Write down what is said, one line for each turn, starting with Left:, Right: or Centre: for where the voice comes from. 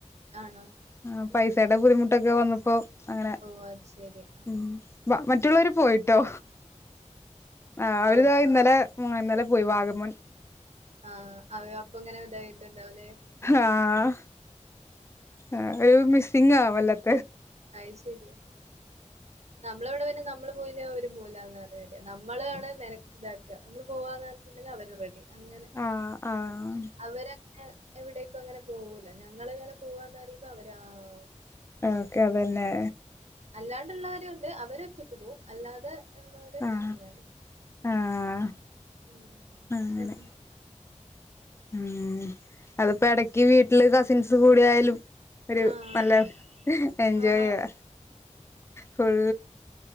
Right: ആണോ
Left: ആ
Right: ഉം
Left: പൈസേടേ ബുദ്ധിമുട്ട് ട്ടൊക്കെ വന്നപ്പോ അങ്ങനെ
Right: ഓഹ് അത് ശരി ആഹ്
Left: ഉം മറ്റ് മറ്റുള്ളവർ പോയിട്ടോ ആ അവരിത
Right: ആഹ്
Left: ഇന്നലെ ഇന്നാലെ പോയി വാഗമൺ
Right: ആഹ് അവയുടെ അപ്പ അങ്ങനെ ഇതായിട്ടുണ്ടാവല്ലെ
Left: ആഹ് ആഹ് ഒരു മിസ്സിംഗ് വല്ലാതെ
Right: അയ് ശരിയാ നമ്മളെവിടെ <inaudible> നമ്മള് പോയില അവര് പോവില്ല എന്ന അതേലെ നമ്മളാണ് നെല ഇതാക്കുക പോവാന്ന് പറ്ഞിട്ടുണ്ടെങ്കിൽ അവര് റെഡി അങ്ങനെ
Left: ആഹ് ആഹ്
Right: അവര എവിടേക്കും അങ്ങനെ പോവൂല ഞങ്ങളിങ്ങനെ പോവാന്നറിയുമ്പോ അവരാ ഓ
Left: ഓക്കെ അതന്നെ
Right: അല്ലാണ്ടുള്ളവാരൊണ്ട് അവരെ എത്തിക്ക് പോവും അല്ലാതെ ഉള്ളര്
Left: ആഹ്
Right: അങ്ങനെയാണ്
Left: ആഹ്
Right: ഉം
Left: അങ്ങനെ ഉം അത്പ്പോ ഇടക്ക് വീട്ടില് ക സെൻസ് കൂട ആയാലും ഒരു
Right: ആഹ്
Left: നല്ല
Right: അതെ
Left: എൻജോയ്
Right: ആഹ്
Left: ചെയ്യ ഫുൾ